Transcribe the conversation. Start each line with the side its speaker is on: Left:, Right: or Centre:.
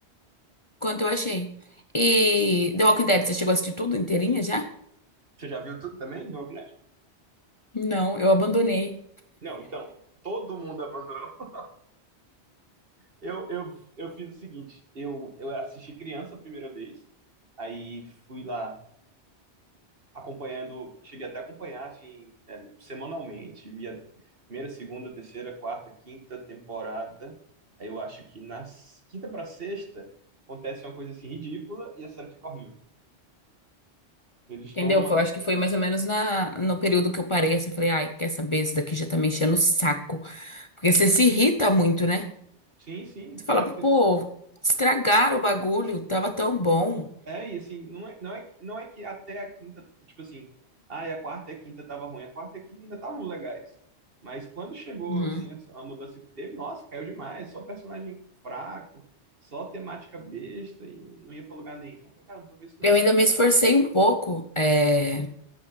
Left: Quanto eu achei. E The Walking Dead, você chegou a assistir tudo inteirinha já?
Right: Você já viu tudo também do Magnético?
Left: Não, eu abandonei.
Right: Não, então, todo mundo abandonou. <laughs> Eu, eu, eu fiz o seguinte: eu, eu assisti criança a primeira vez, aí fui lá. acompanhando, cheguei até a acompanhar, assim, é, semanalmente, via primeira, segunda, terceira, quarta, quinta temporada. Aí eu acho que na s- quinta pra sexta acontece uma coisa assim ridícula e a série fica horrível. Eles
Left: Entendeu?
Right: tomam
Left: Foi-
Right: as...
Left: Eu acho que foi mais ou menos na, no período que eu parei, assim, falei, ai, quer saber, isso daqui já tá me enchendo o saco. Porque você se irrita muito, né?
Right: Sim, sim,
Left: Você
Right: parece
Left: fala,
Right: que
Left: pô, estragaram o bagulho, tava tão bom.
Right: É, e assim, não é, não é, que- não é que até a quinta, tipo assim, ai, a quarta e a quinta tava ruim, a quarta e a quinta ainda estavam legais. Mas quando chegou,
Left: Uhum.
Right: assim, a a mudança que teve, nossa, caiu demais, só personagem fraco, só temática besta e não ia pra lugar nenhum. Eu falei, cara, não vou ver isso não.
Left: Eu ainda me esforcei um pouco, é,